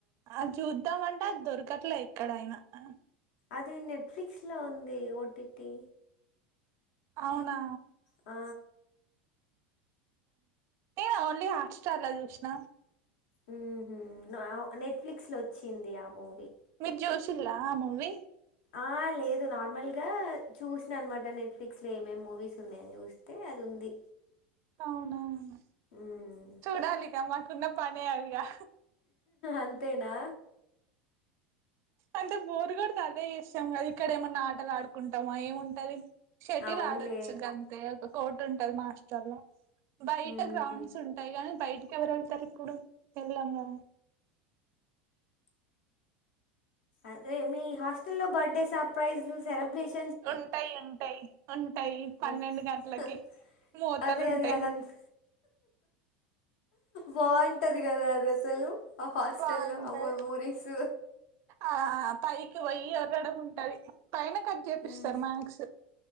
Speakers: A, on the right; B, on the left.
A: ఆ చూద్దాం అం దొరకట్లే ఎక్కడైనా అని
B: అది నెట్ఫిస్ లో ఉంది. ఓటిటి
A: అవునా
B: ఆ
A: ఆ ఓన్లీ హాట్ స్టార్ లా చూసిన
B: ఉ హ్మ్ నేటిఫ్లిస్ లో వచ్చింది అ మూవి
A: మీరు జూషిళ్ళ ఆ మూవీ
B: ఆ లేదు నార్మల్గా చూసినా అనమాట నెట్ఫ్లిక్స్ లో ఏమేమి మూవీస్ ఉన్నాయని చూస్తే అది ఉంది.
A: అవునావును
B: మ్మ్.
A: చూడాలిగా మాకు ఉన్న పనే అది గా
B: అంతేనా
A: అంటే బోర్ కొడతాదా చేస్తాం. కదా ఇక్కడ ఏమన్నా ఆటలు ఆడుకుంటామా ఏముంటది. షటిల్
B: అవునులే
A: ఆడొచ్చు గంతే కోట్ ఉంటాది మా హాస్టల్ లో బయట
B: మ్మ్హ్మ్.
A: గ్రౌండ్స్ ఉంటాయి. కానీ బయట కిందకి ఎవరు వెళ్తారు ఇప్పుడు వెళ్ళము
B: అదే మీ హాస్టల్ లో బర్త్డే సర్ప్రైజ్లు సెలబ్రేషన్
A: ఉంటాయి ఉంటాయి ఉం ఉంటాయి పన్నెండు
B: అదే
A: గంటలకి మోతలు
B: అదే
A: ఉంటాయి.
B: అదే అదంత బాగుంటది కదా అది అసలు హస్టెల్
A: బాగుంటది
B: లో ఆ మెమోరీస్
A: ఆ పైకి వొయ్యి ఒరడము ఉంటాది. పైన కట్ చేపిస్తారు.
B: ఉమ్
A: మాథ్స్